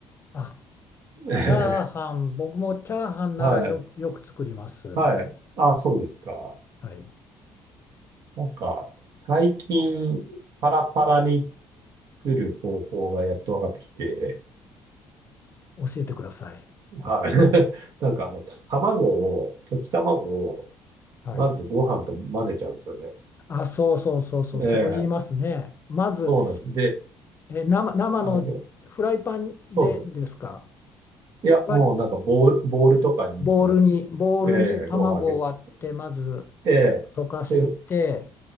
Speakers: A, on the left; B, on the right.
A: あ、
B: <laughs>
A: チャーハン、
B: ええ
A: 僕もチャーハンならよく、
B: はい。
A: よく作ります。
B: はい。あ、そうですか。
A: はい。
B: なんか、最近、パラパラに作る方法がやっと分かってきて、
A: 教えてください。
B: はい。<laughs> なんかあの、卵を、溶き卵を、
A: はい。
B: まずご飯と混ぜちゃうんですよね。
A: あ、そうそうそうそう、
B: ええ
A: そう言いますね。まず、
B: そうなんです。で、
A: えー生、生のフライパンでですか。
B: あれ、そうです。いや、
A: フライ、
B: もうなんかボール、ボールとかにまず、
A: ボウルに、ボウルに卵を割って、
B: ええご飯あげて、
A: まずと溶かして、
B: ええで、